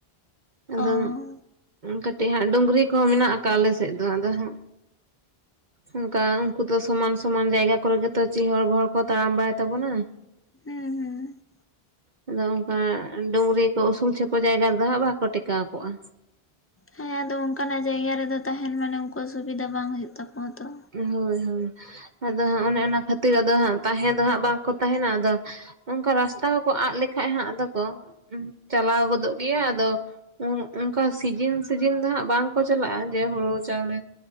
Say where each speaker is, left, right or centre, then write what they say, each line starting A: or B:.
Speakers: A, on the right (about 45°); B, on the left (about 15°).
A: ᱟᱫᱚ
B: ᱚ ᱦᱩᱸ
A: ᱠᱟᱹᱴᱤᱡ ᱦᱟᱸᱜ ᱰᱩᱝᱨᱤ ᱠᱚ ᱦᱚᱸ ᱢᱮᱱᱟᱜ ᱠᱟᱜᱼᱟ ᱟᱞᱮ ᱥᱮᱫ ᱫᱚ ᱟᱫᱚ ᱦᱟᱸᱜ ᱾ ᱚᱝᱠᱟ ᱩᱜᱠᱩ ᱫᱚ ᱥᱚᱢᱟᱱ ᱥᱚᱢᱟᱱ ᱡᱟᱭᱜᱟ ᱠᱚᱨᱮ ᱜᱮᱛᱚ ᱪᱤᱦᱚᱲ ᱵᱤᱦᱚᱲ ᱠᱚ ᱛᱟᱲᱟᱢ ᱵᱟᱲᱟᱭ ᱛᱟᱵᱚᱱᱟ ᱾
B: ᱦᱩᱸ, ᱸ ᱦᱩᱸ ᱾
A: ᱟᱫᱚ ᱚᱝᱠᱟ ᱰᱩᱝᱨᱤ ᱠᱚ ᱩᱥᱩᱞ ᱪᱷᱮᱯᱚ ᱡᱟᱭᱜᱟ ᱨᱮ ᱫᱚ ᱦᱟᱸᱜ ᱵᱟᱠᱚ ᱴᱮᱠᱟᱣ ᱠᱚᱜᱼᱟ᱾
B: ᱦᱮᱸ ᱟᱫᱚ ᱚᱱᱠᱟᱱᱟᱜ ᱡᱟᱭᱜᱟ ᱨᱮ ᱫᱚ ᱛᱟᱦᱮᱱ ᱢᱟᱱᱮ ᱩᱱᱠᱩᱣᱟᱜ ᱥᱩᱵᱤᱫᱟ ᱵᱟᱝ ᱦᱳᱭᱳᱜ ᱛᱟᱠᱚᱣᱟ ᱛᱚ ᱾
A: ᱦᱳᱭ, ᱦᱳᱭ᱾ ᱟᱫᱚ ᱦᱟᱸᱜ ᱚᱱᱮ ᱚᱱᱟ ᱠᱷᱟᱹᱛᱤᱨ ᱟᱫᱚ ᱦᱟᱸᱜ ᱛᱟᱦᱮᱸ ᱫᱚ ᱦᱟᱸᱜ ᱵᱟᱝ ᱠᱚ ᱛᱟᱦᱮᱱᱟ᱾ ᱟᱫᱚ ᱚᱱᱠᱟ ᱨᱟᱥᱛᱟ ᱠᱚ ᱠᱚ ᱟᱫᱚ ᱞᱮᱠᱷᱟᱡ ᱦᱟᱸᱜ ᱟᱫᱚ ᱠᱚ ᱪᱟᱞᱟᱣ ᱜᱚᱫᱚᱜ ᱜᱮᱭᱟ᱾ ᱟᱫᱚ ᱚᱱᱠᱟ ᱥᱤᱡᱤᱱ ᱥᱤᱡᱤᱱ ᱫᱚ ᱦᱟᱸᱜ ᱵᱟᱝ ᱠᱚ ᱪᱟᱞᱟᱜᱼᱟ ᱡᱮ ᱦᱩᱲᱩ ᱪᱟᱣᱞᱮ